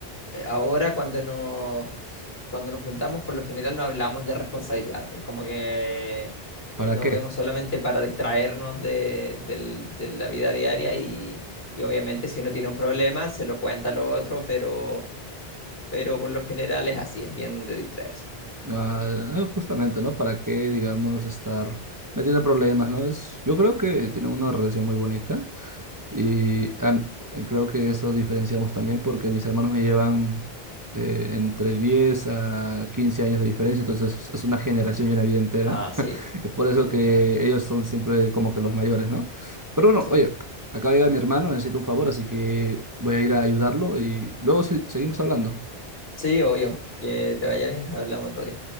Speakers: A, on the left; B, on the right.
A: eh, Ahora cuando nos, cuando nos juntamos, por lo general no hablamos de responsabilidades. Es como que
B: para
A: eh, nos
B: qué?
A: vemos solamente para distraernos de, del- de la vida diaria y, y obviamente si uno tiene un problema se lo cuenta al otro, pero, pero por lo general es así, es bien de distraerse.
B: Ah, eh, justamente, ¿no? ¿Para qué, digamos, estar metiendo problemas, ¿no? Es, yo creo que tienen una relación muy bonita. Y am- eh, creo que eso diferenciamos también porque mis hermanos me llevan eh, entre 10 a 15 años de diferencia, entonces es es una generación y una vida entera.
A: Ah, sí,
B: <laughs> Es por eso
A: sí,
B: que
A: es bastante.
B: ellos son siempre como que los mayores, ¿no? Pero bueno,
A: Sí,
B: oye, acá llega mi hermano, necesito un favor, así que voy a ir a ayudarlo y luego sí- seguimos hablando.
A: sí, obvio. Que te vaya bien, hablamos otro día.